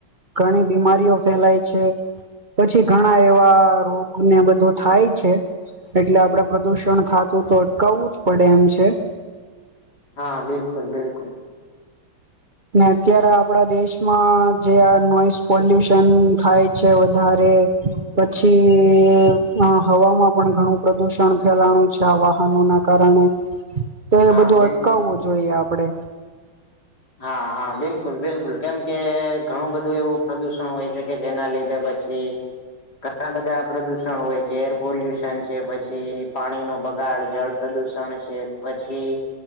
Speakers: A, on the right (about 30°); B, on the left (about 50°).
A: ઘણી બીમારીઓ ફેલાય છે પછી. ઘણા એવા રોગ ને બધું થાય છે. એટલે આપળે પ્રદુષણ થાતું તો અટકાવું જ પડે એમ છે.
B: હા બિલકુલ બિલકુલ.
A: ને અત્યારે આપળા દેશમાં જે આ નોઈસ પોલ્યુશન થાય છે વધારે પછી અ હવામાં પણ ઘણું પ્રદુષણ ફેલાળુ છે. આ વાહનો ના કારણે, તો એ
B: હા
A: બધું
B: બિલકુલ
A: અટકાવું જોઈએ આપળે.
B: હા હા બિલકુલ બિલકુલ કેમ કે, ઘણું બધું એવું પ્રદુષણ હોય છે કે જેના લીધે પછી. કે ઘણા બધા પ્રદુષણ હોય છે. એર પોલ્યુશન છે, પછી પાણીનો બગાડ જળ પ્રદૂષણ છે. પછી